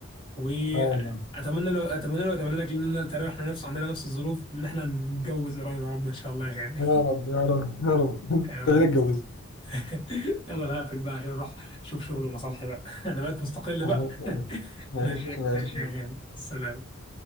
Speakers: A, on the left; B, on the left.
A: واتمنى
B: اه والله
A: لو اتمنى لو اتمنى لك لان تقريبا احنا نفس عندنا نفس الظروف ان احنا نتجوز قريب يا رب ان شاء الله يا غالي
B: يا
A: <laughs>
B: رب يا رب يا رب <laughs>
A: يا رب
B: تعالى اتجوز
A: <laughs> يلا انا هقفل بقى عشان اروح اشوف شغل ومصالحي بقى <laughs> انا بقيت مستقل
B: الله
A: بقى
B: يسلمك.
A: <laughs>
B: ماشي
A: ماشي
B: ماشي
A: ماشي يا غالي سلام